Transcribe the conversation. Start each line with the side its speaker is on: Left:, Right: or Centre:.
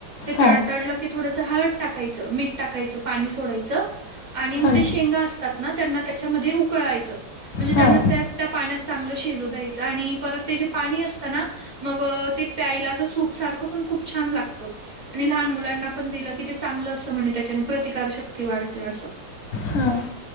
Right: ते
Left: हां,
Right: तडतळलं की थोडस हळद टाकायचं मीठ टाकायचं पाणी सोडयचं आणि मग
Left: हां,
Right: ते शेंगा असतात ना त्यांना त्याच्या मध्ये उकळवायचं म्हणजे
Left: हां,
Right: त्याना त्यात पाण्यात चांगलं शिजू द्यायचं आणि परत ते जे पाणी असतना मग ते प्यायला आस सूप सारख पण खूप छान लागत आणि लहान मुलांना पण दिलं की ते चगलं अस म्हने त्याच्याने प्रतिकारशक्ती वाढते असं
Left: हं